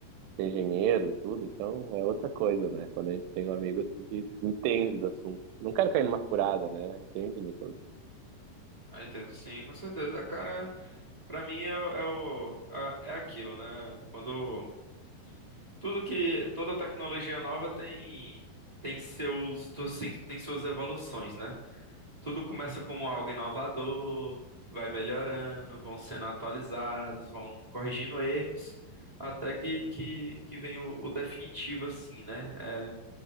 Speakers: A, on the right; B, on the right.
A: ser engenheiro, tudo. Então é outra coisa, né? Quando a gente tem um amigo assim que entende do assunto. Não quero cair numa furada, né? Entende, Nicolas?
B: Ah, entendo sim, com certeza. Cara, Pra mim é, o- é, o, a- é aquilo, né? Quando tudo que toda tecnologia nova tem tem seus tu- sim, tem suas evoluções, né? Tudo começa como algo inovador, vai melhorando, vão sendo atualizados, vão corrigindo erros, até que que, que vem o, o definitivo assim, né? É,